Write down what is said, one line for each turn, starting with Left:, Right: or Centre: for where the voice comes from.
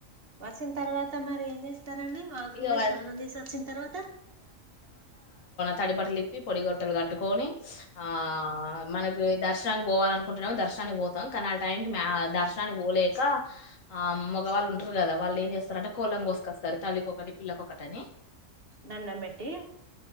Right: వచ్చిన తర్వాత మరి ఏం చేస్తారండి వాగుకు
Left: ఇగ
Right: పోయి
Left: వల్
Right: స్నానం చేసి వచ్చిన తర్వాత
Left: తడిబట్టలు ఇప్పి పొడిబట్టలు కట్టుకొని ఆ మనకి దర్శ దర్శనానికి పోవాలే అనుకుంటనేమో దర్శనానికి పోతాం కానీ ఆ టైంకి మ్యా దర్శనానికి పోలేక ఆ మగవాళ్ళు ఉంటరు కదా వాళ్ళు ఏం చేస్తారంటే కోళ్ళను కోసుకస్తారు తల్లికోకటి పిల్లకొకటని
Right: దండం బెట్టి